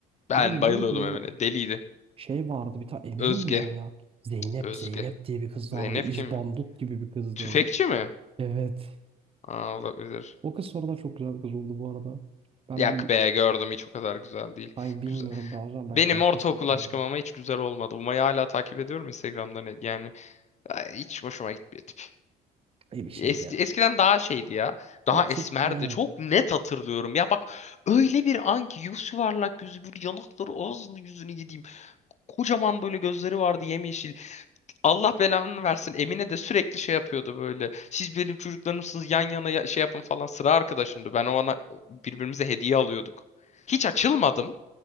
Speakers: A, on the left; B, on the right.
A: Ben
B: Bir de
A: bayılıyordum
B: neydi o
A: Emine. Deliydi.
B: şey vardı bir tane Emine
A: Özge.
B: miydi o ya? Zeynep
A: Özge.
B: Zeynep diye bir kız
A: Zeynep
B: vardı. İzbandut
A: kim ya?
B: gibi bir kızdı.
A: Tüfekçi mi?
B: Evet.
A: Aa, olabilir.
B: O kız sonradan çok güzel bir kız oldu bu arada. Ben
A: Yak
B: bir
A: be gördüm hiç o kadar güzel değil.
B: sanki bilmiyorum
A: Güzel.
B: daha o zaman belki
A: Benim
B: başkasını
A: ortaokul
B: bilmiyorum.
A: aşkım ama hiç güzel olmadı. Umay'ı hala takip ediyorum Instagram'dan. Yani ay, hiç hoşuma gitmiyor tip.
B: İyi bir şeydi
A: Eski,
B: ya.
A: eskiden daha şeydi ya. Daha
B: Ya çocukken
A: esmerdi.
B: evet.
A: Çok net hatırlıyorum. Ya bak öyle bir an ki yüz yuvarlak yüzü bir yanakları ağzını yüzünü yediğim. Kocaman böyle gözleri vardı yemyeşil. Allah belanı versin. Emine de sürekli şey yapıyordu böyle. Siz benim çocuklarımsınız yan yana ya- şey yapın falan. Sıra arkadaşımdı. Ben ona birbirimize hediye alıyorduk. Hiç açılmadım